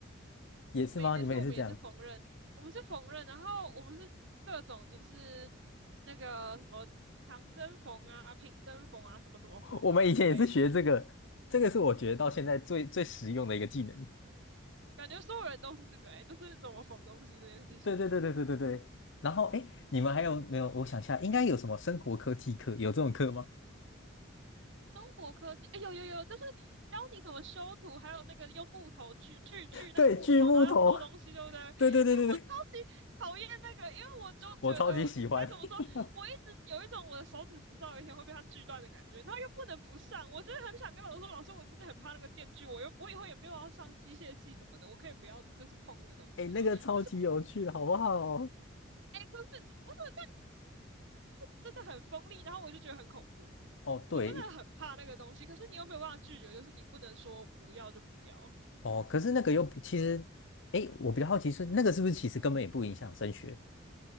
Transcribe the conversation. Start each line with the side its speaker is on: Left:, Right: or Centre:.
Left: 也是吗？
Right: 我们也是，
Left: 你们也是这样？
Right: 我们也是缝纫，我们是缝纫，然后我们是各种就是那个什么长针缝啊、平针缝啊、什么什么缝啊之类的，
Left: 我们以前也是学这个，这个是我觉得到现在最最实用的一个技能。
Right: 感觉所有人都是这个哎、欸就是怎么缝东西这件事情。
Left: 对对对对对对对。然后哎，诶你们还有没有？我想一下，应该有什么生活科技课？有这种课吗？
Right: 中国科技，哎、有有有，就是教你怎么修图，还有那个用木头锯锯锯那个木头，
Left: 对，锯木头。
Right: 然后要做东西，对不对？哎、
Left: 对对对对对，
Right: 我超级讨厌那个，因为我就觉得该怎么说，
Left: 我超级喜欢。<laughs>
Right: 我一直有一种我的手指迟早有一天会被它锯断的感觉，然后又不能不上，我真的很想跟老师说，老师，我真的很怕那个电锯，我又我以后也没有要上机械系什么的，我可以不要就是碰那个东西吗？
Left: 哎，那个超级有趣的，
Right: 可是不，
Left: 好不好？
Right: 哎、可是不是，但真的很锋利，然后我就觉得很恐怖，
Left: 哦，
Right: 我我真的很怕那个东西，
Left: 对，
Right: 可是你又没有办法拒绝，就是你不能说不要就不要。
Left: 哦，可是那个又不，其实，哎，我比较好奇是那个是不是其实根本也不影响升学，